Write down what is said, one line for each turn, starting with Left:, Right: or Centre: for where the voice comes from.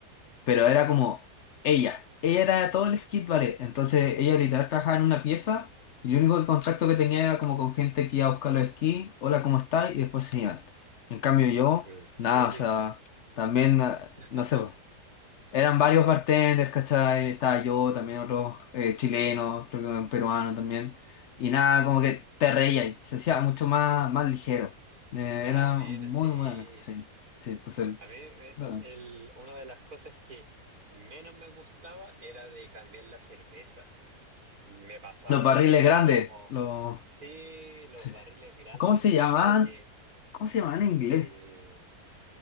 Left: pero era como ella. Ella era todo el skate ballet. Entonces ella literal trabajaba en una pieza y el único contacto que tenía era como con gente que iba a buscar los esquí, hola, ¿cómo estás? Y después se iban. En cambio yo,
Right: ¿En serio?
Left: nada, o sea, también, ah,
Right: <laughs>
Left: no sé, po. eran varios bartenders, ¿cachai? Estaba yo, también otros eh, chilenos, creo que un peruano también. Y nada, como que te reía y se hacía mucho más, más ligero. Eh,
Right: Más
Left: era
Right: o menos,
Left: muy
Right: sí.
Left: buena, sí. Sí, entonces...
Right: A mí eh,
Left: bueno,
Right: el- una de las cosas que menos me gustaba era de cambiar la cerveza. Me pasaba
Left: Los barriles
Right: de que
Left: grandes,
Right: teníamos,
Left: los,
Right: sí, los
Left: Sí.
Right: barriles grandes,
Left: ¿Cómo se
Right: me
Left: llamaban?
Right: pasaba que,
Left: ¿Cómo se llamaban en inglés?
Right: eh,